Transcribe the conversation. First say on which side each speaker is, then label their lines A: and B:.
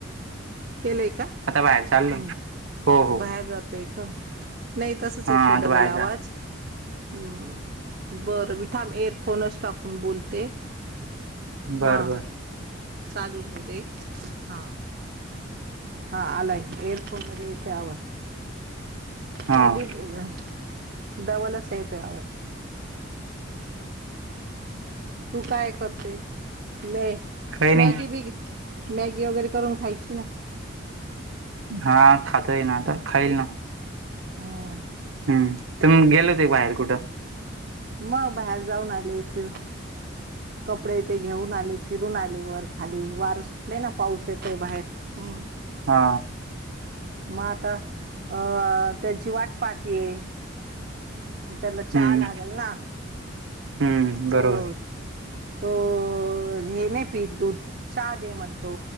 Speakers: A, on the right; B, on the right.
A: केलंय का?
B: आता बाहेर चाललो
A: बाहेर
B: हो हो
A: जात तोय का, नाही तसच
B: हा
A: येतोय
B: आता
A: डबल
B: बाहेर
A: आवाज.
B: जा
A: हम्म, बरं मी थाम एअरफोनच टाकून बोलते. हा
B: बर बर
A: चालू राहु दे. हा हा आलाय एअरफोनमध्ये येतोय आवाज.
B: हा
A: नाही डीप अं डबलच येतोय आवाज. तू काय करतोय? मे
B: काही नाही
A: मॅगी बीगी, मॅगी वगैरे करून खायची ना.
B: हा खातोय ना, आता खाईल ना.
A: हम्म
B: हम्म, तुमी गेलो होते का बाहेर कुठं.?
A: मग बाहेर जाऊन आले फिरुन कपडे ते घेऊन आले, फिरून आले वर- खाली वार सुटलाय ना पाऊस येतय बाहेर. हम्म
B: हा.
A: मग आता अ त्यांची वाट पहातीये. मग त्यांला चहा
B: हम्म
A: लागल ना.
B: हम्म बरोबर
A: तोत, तो हे नाही पीत दूध, चहा दे म्हणतो.